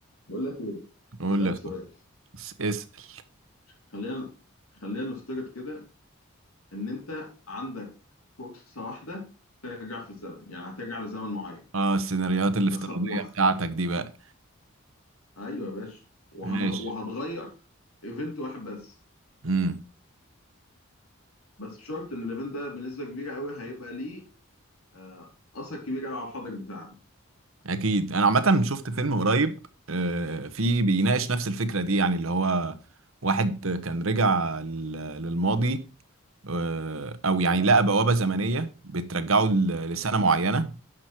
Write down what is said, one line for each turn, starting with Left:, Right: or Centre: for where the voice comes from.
Left: بقول لك ايه
Right: قول
Left: اسالك
Right: لي يا صاحبي.
Left: سؤال
Right: اس- اسأل
Left: خلينا خلينا نفترض كده ان انت عندك فرصه واحده ترجع في الزمن يعني هترجع لزمن معين
Right: اه السيناريوهات الافتراضية
Left: بس ه- و...
Right: بتاعتك دي بقى
Left: ايوه يا باشا وهنغ...
Right: ماشي
Left: وهتغير ايفنت واحد بس
Right: امم
Left: بس بشرط ان الايفنت ده بنسبه كبيره قوي هيبقى ليه آه، اثر كبير قوي على الحاضر بتاعنا
Right: اكيد انا عامة شفت فيلم قريب آه في بيناقش نفس الفكرة دي يعني اللي هو واحد كان رجع لل- للماضي آه او يعني لقى بوابة زمنية بترجعه ل- لسنة معينة